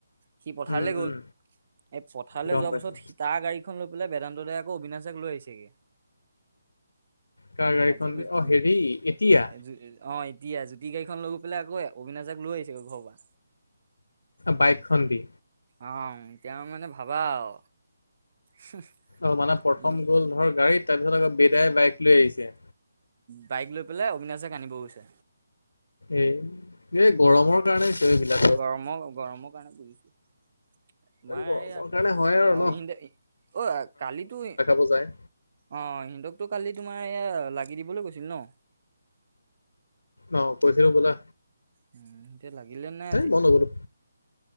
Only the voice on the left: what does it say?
উম
উম
গম
পাইছো
কাৰ গাড়ীখন
দি অ হেৰি এতিয়া
বাইকখন দি।
অ মানে প্ৰথম
গ'ল ধৰ গাড়ীত তাপিছত আকৌ বেদাই বাইক লৈ আহিছে।
এই, এই গৰমৰ কাৰণে হৈছে অ এইবিলাক।
গৰমৰ
কাৰণে হয় আৰু
ন
বুজায়।
অ কৈছিল হবলা।
মই নগলো